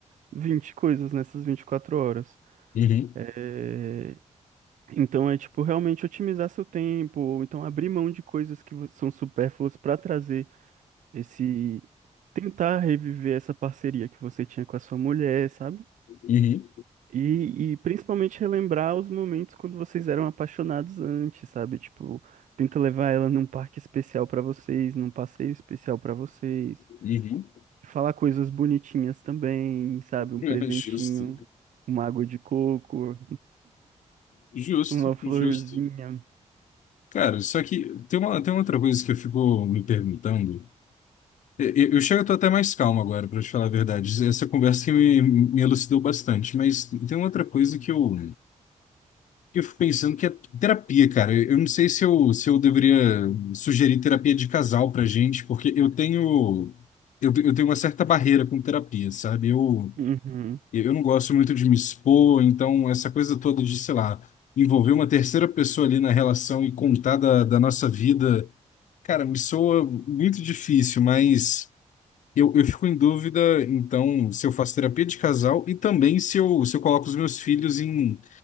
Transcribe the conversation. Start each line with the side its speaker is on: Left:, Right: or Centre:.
Right: 20 coisas nessas 24 horas.
Left: Uhum.
Right: É, Então é tipo realmente otimizar seu tempo, ou então abrir mão de coisas que vo- são supérfluas para trazer esse. Tentar reviver essa parceria que você tinha com a sua mulher, sabe?
Left: Uhum.
Right: E, e principalmente relembrar os momentos quando vocês eram apaixonados antes, sabe? Tipo, tenta levar ela num parque especial pra vocês, num passeio especial pra vocês.
Left: Uhum.
Right: Falar coisas bonitinhas também, sabe? Um
Left: <laughs>
Right: presentinho,
Left: Justo.
Right: uma água de coco,
Left: Justo,
Right: uma florzinha.
Left: justo. Cara, só que tem uma, tem uma outra coisa que eu fico me perguntando. Eu, eu chego, eu tô até mais calmo agora, pra te falar a verdade. Essa conversa que me, me elucidou bastante, mas tem uma outra coisa que eu, que eu fico pensando que é terapia, cara. Eu, eu não sei se eu, se eu deveria sugerir terapia de casal pra gente, porque eu tenho, eu, eu tenho uma certa barreira com terapia, sabe? Eu,
Right: Uhum,
Left: eu não gosto muito de me expor, então essa coisa toda de, sei lá, envolver uma terceira pessoa ali na relação e contar da, da nossa vida, cara, me soa muito difícil, mas. Eu, eu fico em dúvida, então, se eu faço terapia de casal e também se eu, se eu coloco os meus filhos em